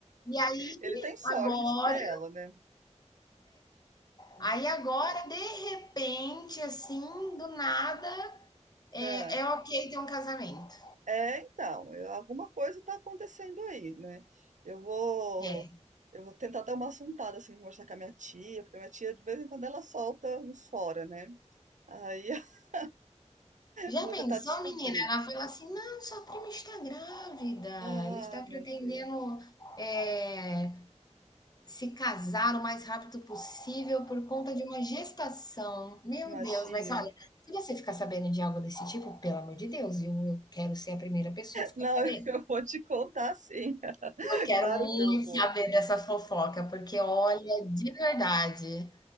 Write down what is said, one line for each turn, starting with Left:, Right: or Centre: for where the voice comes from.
Left: E aí,
Right: Ele tem sorte
Left: agora
Right: de ter ela, né. Hum.
Left: Aí agora, de repente, assim, do nada, é,
Right: Hã.
Left: é ok ter um casamento.
Right: É, então, eh, alguma coisa tá acontecendo aí, né. Eu vou
Left: É.
Right: eu vou tentar dar uma assuntada, assim, conversar com a minha tia, porque a minha tia de vez em quando ela solta uns fora, né. Aí <laughs>
Left: Já
Right: eu vou
Left: pensou,
Right: tentar descobrir.
Left: menina? Ela fala assim: não, sua prima está grávida, ela
Right: Ah,
Left: está
Right: meu
Left: pretendendo
Right: Deus,
Left: é, se casar o mais rápido possível por conta de uma gestação. Meu
Right: imagina.
Left: Deus, mas olha, se você ficar sabendo de algo desse tipo, pelo amor de Deus, eu, eu quero ser a primeira pessoa a ficar
Right: Não,
Left: sabendo.
Right: <laughs> eu vou te contar sim. <laughs>
Left: Eu quero
Right: Claro
Left: muito
Right: que eu vou.
Left: saber dessa fofoca, porque olha, de verdade.